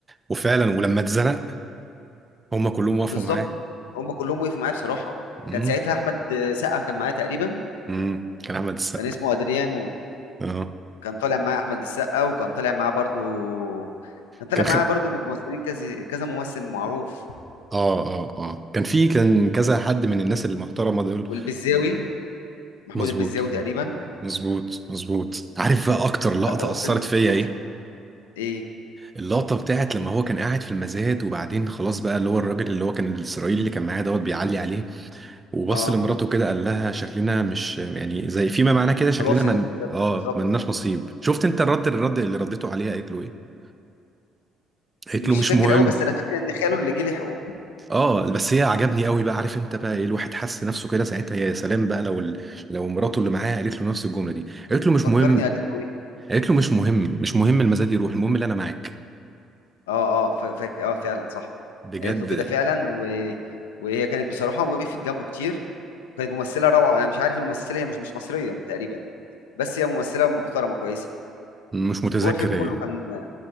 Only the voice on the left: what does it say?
بالظبط
هم كلهم وقفوا معايا بصراحه
كان ساعتها احمد سقا كان معايا تقريبا
كان اسمه ادريانو
كان طالع معايا احمد السقا وكان طالع معاه برضو كان طالع
معايا
برضو ممثلين كذا كذا ممثل معروف
والبزاوي محمود
البزاوي تقريبا
لا هو
فيلم كان
تحفه
ايه
اه
خلاص
ال-
بالظبط
مش
فاكر
قوي بس انا فاكر ان خاله اللي جه لحقه
فكرني
قالت له ايه
اه اه فا- فاكر اه فعلا صح
قالت له كده فعلا و... وهي كانت بصراحه وقفت جنبه كتير كانت ممثلة روعة أنا مش عارف الممثلة هي مش مش مصرية تقريبا بس هي ممثلة محترمة كويسة
هو الفيلم
كله كان